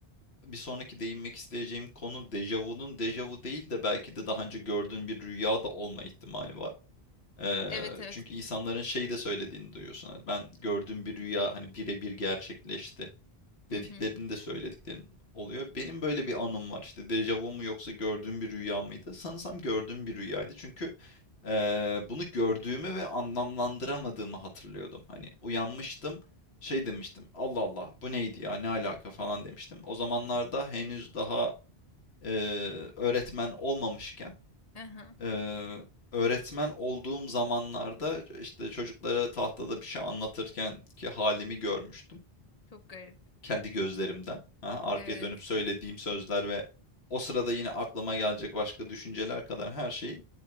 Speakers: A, on the left; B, on the left.
A: bir sonraki değinmek isteyeceğim konu dejavunun dejavu değil de belki de daha önce gördüğün bir rüya da olma ihtimali var. Eee,
B: Evet evet.
A: çünkü insanların şeyi de söylediğini duyuyorsun. Hani ben gördüğüm bir rüya hani birebir gerçekleşti. dediklerini
B: Hı hı.
A: de söylediklerin oluyor. Benim böyle bir anım var. İşte dejavu mu yoksa gördüğüm bir rüya mıydı? Sanırsam gördüğüm bir rüyaydı. Çünkü eee, bunu gördüğümü ve anlamlandıramadığımı hatırlıyordum. Hani uyanmıştım, şey demiştim. Allah Allah, bu neydi ya? Ne alaka falan demiştim. O zamanlarda henüz daha eee, öğretmen olmamışken
B: Aha,
A: eee öğretmen olduğum zamanlarda işte çocuklara tahtada bir şey anlatırken ki halimi görmüştüm
B: çok garip.
A: kendi gözlerimden. Aha, arkaya
B: Evet.
A: dönüp söylediğim sözler ve o sırada yine aklıma gelecek başka düşünceler kadar her şeyi